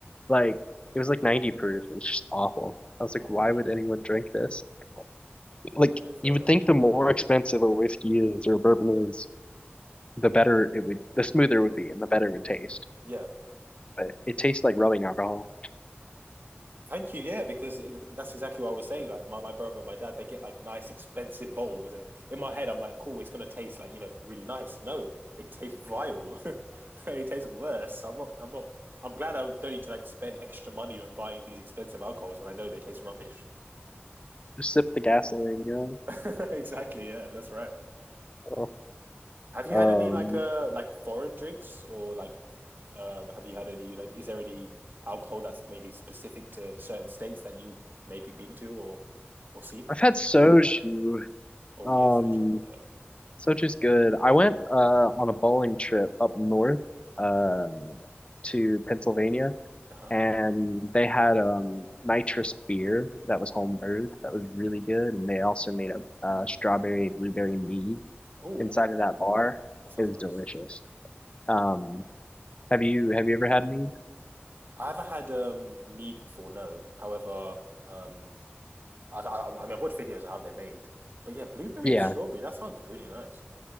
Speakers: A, on the left (about 25°); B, on the right (about 50°).
A: Like it was like 90 proof. It was just awful. I was like,
B: Oh wow.
A: why would anyone drink this? Like
B: Yeah, fair
A: you would
B: enough.
A: think the more expensive a whiskey is or a bourbon is, the better it would, the smoother it would be, and the better it would taste.
B: Yeah.
A: But it tastes like rubbing alcohol.
B: Thank you. Yeah, because it, that's exactly what I was saying. Like my, my brother and my dad, they get like nice, expensive bowls, and in my head, I'm like, cool, it's gonna taste like you know really nice. No, it tastes vile. <laughs> It tastes worse. I'm not. I'm not. I'm glad I don't need to like spend extra money on buying these expensive alcohols when I know they taste rubbish.
A: Just sip the gasoline, you know.
B: <laughs> Exactly. Yeah, that's right.
A: So,
B: Have you
A: Um,
B: had any like uh like foreign drinks or like uh have you had any? Like, is there any alcohol that's maybe specific to certain states that you maybe been to or or seen?
A: I've had soju.
B: Oh
A: Um,
B: yeah, so true. Yeah.
A: Sochi's good. I went uh on a bowling trip up north uh to Pennsylvania
B: Uh-huh.
A: and they had um nitrous beer that was home brewed that was really good and they also made a uh, strawberry blueberry mead
B: Oh,
A: inside of that bar.
B: that sounds
A: It was
B: nice.
A: delicious. Um have you have you ever had mead?
B: I haven't had um mead before, no. However, um, I, I I mean, I've watched videos of how they're made, but yeah, blueberry
A: Yeah.
B: and strawberry. That sounds really nice.